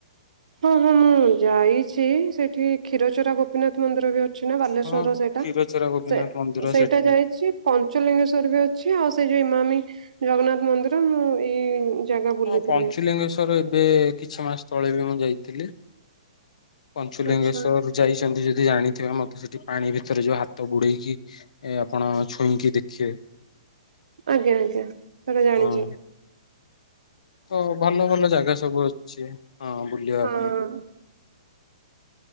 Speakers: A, on the right (about 85°); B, on the left (about 70°).
A: ହଁ ହଁ ମୁଁ ଯାଇଛି ସେଠି କ୍ଷୀରଚୋରା ଗୋପୀନାଥ ମନ୍ଦିର ବି ଅଛି। ଅଛି ନା ବାଲେଶ୍ଵରର
B: ହଁ
A: ସେଇଟା।
B: କ୍ଷୀରଚୋରା ଗୋପୀନାଥ
A: ସେ
B: ମନ୍ଦିର
A: ସେଇଟା
B: ସେଠି
A: ଯାଇଛି ପଞ୍ଚଲିଙ୍ଗେଶ୍ଵର ବି ଅଛି ଆଉ ସେଇ ଯୋଉ ଇମାମି ଜଗନ୍ନାଥ ମନ୍ଦିର ମୁଁ ଏଇ ଜାଗା ବୁଲିଥିଲି
B: ହଁ ପଞ୍ଚୁଲିଙ୍ଗେଶ୍ଵର ଏବେ କିଛି ମାସ ତଳେ ବି ମୁଁ ଯାଇଥିଲି। ପଞ୍ଚୁଲିଙ୍ଗେଶ୍ୱର
A: ଆଚ୍ଛା।
B: ଯାଇଛନ୍ତି ଯଦି ଜାଣିଥିବେ ମତେ ସେଠି ପାଣି ଭିତରେ ଯୋଉ ହାତ ବୁଡେଇକି ଏ ଆପଣ ଛୁଇଁକି ଦେଖିବେ।
A: ଆଜ୍ଞା ଆଜ୍ଞା ସେଟା ଜାଣିଛି
B: ହଁ ତୋ ଭଲ ଭଲ ଜାଗା ସବୁ ଅଛି ହଁ ବୁଲିବା
A: ହଁ
B: ପାଇଁ।